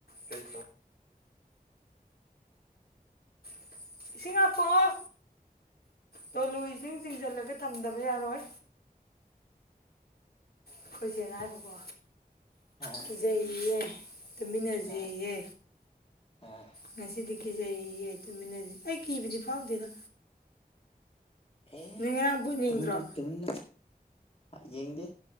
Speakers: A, on the left; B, on the left.
A: ꯀꯩ <unintelligible> ꯏꯁꯤꯡ ꯉꯥꯈꯣꯑꯣ ꯇꯣꯂꯨ ꯏꯁꯤꯡ ꯆꯤꯡꯁꯤꯜꯂꯒ ꯊꯝꯗꯕ ꯌꯥꯔꯣꯏ ꯑꯩꯈꯣꯏ ꯆꯦꯅ ꯍꯥꯏꯕꯀꯣ
B: ꯑꯥ
A: ꯀꯤꯖꯩꯌꯦꯑꯦ ꯇꯨꯃꯤꯟꯅꯖꯦꯌꯦ
B: ꯑꯥ ꯑꯥ
A: ꯉꯁꯤꯗꯤ ꯀꯤꯖꯩꯌꯦꯑꯦ ꯇꯨꯃꯤꯟꯅꯁꯤ ꯑꯩ ꯀꯤꯕꯗꯤ ꯐꯥꯎꯗꯦꯗ
B: ꯑꯦ
A: ꯅꯣꯏ ꯉꯔꯥꯡ ꯕꯣꯜ ꯌꯦꯡꯗ꯭ꯔꯣ
B: ꯇꯃꯤꯟꯅꯧ ꯇꯨꯃꯤꯟꯅꯧ ꯌꯦꯡꯗꯦ